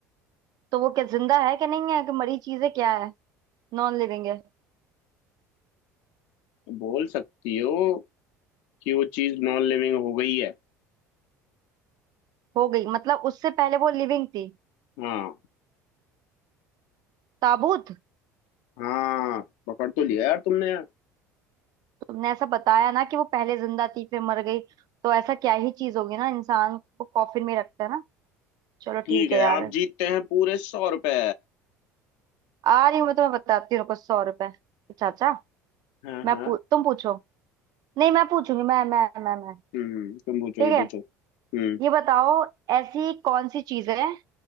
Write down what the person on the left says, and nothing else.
बोल सकती हो कि वो चीज नॉन लिविंग हो गई है
हाँ
हाँ पकड़ तो लिया यार तुमने यार
ठीक
है
आप जीतते हैं पूरे सौ रुपए
हाँ
हाँ
हम्म तुम पूछो
ये
पूछो हम्म